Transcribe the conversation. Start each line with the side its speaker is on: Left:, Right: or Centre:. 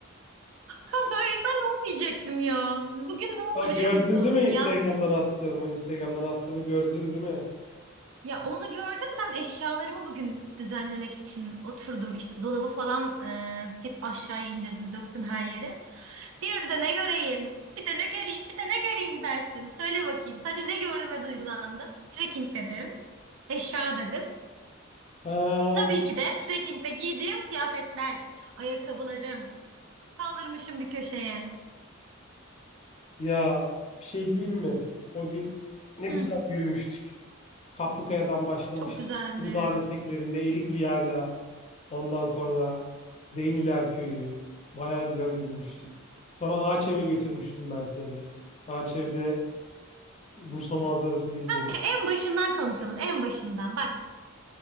Right: Kanka ay ben de onu diyecektim ya. Bugün ne oldu
Left: Ha, gördün
Right: biliyor musun?
Left: değil mi
Right: Hani
Left: Instagram'dan
Right: yaz
Left: attığımı? Instagram'dan attığımı gördün değil mi?
Right: ya onu gördüm ben eşyalarımı bugün düzenlemek için oturdum işte dolabı falan e, hep aşağıya indirdim döktüm her yere. Bir de ne göreyim? Bir de ne göreyim? Bir de ne göreyim dersin. Söyle bakayım. Sadece ne gördüğüme duygulandım? Trekking dedim, Eşya dedim.
Left: Ha,
Right: Tabii
Left: o gün
Right: ki de trekkingde giydiğim kıyafetler, ayakkabılarım. Kaldırmışım bir köşeye.
Left: ya bir şey diyeyim mi? O gün ne güzel
Right: Hı,
Left: yürümüştük. Kaplıkaya'dan başlamış.
Right: çok güzeldi.
Left: Uludağ'ın eteklerinde Erikli Yayla. Ondan sonra Zeyniler Köyü. Baya güzel yürümüştük. Sonra Ağaçev'e götürmüştüm ben seni. Ağaçev'de Bursa manzarasını izlemiştik.
Right: E, En başından konuşalım, en başından. Bak,